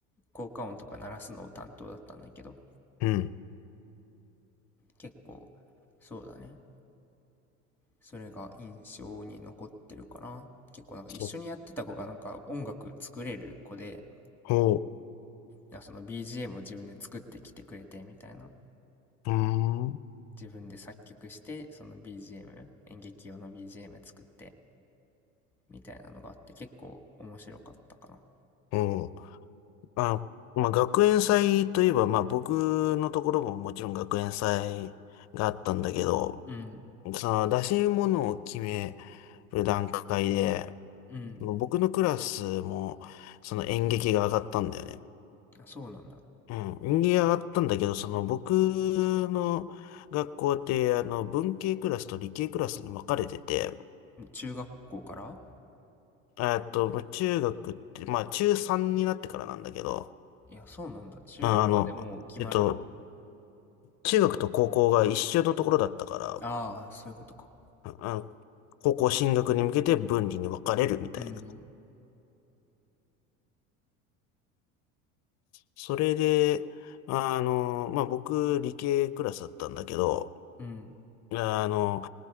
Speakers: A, in the centre; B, on the left.
A: 効果音とか鳴らすのを担当だったんだけど、
B: うん。
A: 結構、そうだね。それが印象に残ってるかな。結構なんか一緒にやってた子がなんか音楽作れる子で、
B: そう。ほ
A: なんかその BGM を自分で作ってきてくれてみたいな
B: う。うーん。う
A: 自分で作曲してその BGM 演劇用の BGM 作ってみたいなのがあって結構面白かったかな
B: ん。あ、まあ、学園祭といえば、まあ、僕のところももちろん学園祭があったんだけど、
A: うん
B: その出し物を決める段階で、
A: うん
B: 僕のクラスも、その演劇が上がったんだよね。
A: あそうなんだ
B: うん。演劇が上がったんだけど、その僕の学校って、あの、文系クラスと理系クラスに分かれてて、
A: 中学校から
B: えっと、まあ中学って、まあ中3になってからなんだけど、
A: いやそうなんだ中学校でもう決まるんだ
B: ああの、えっと、中学と高校が一緒のところだったから、
A: ああーそういうことか
B: ああの高校進学に向けて分離に分かれるみたいな。
A: うん
B: それで、あの、まあ僕、理系クラスだったんだけど、
A: うん
B: あの、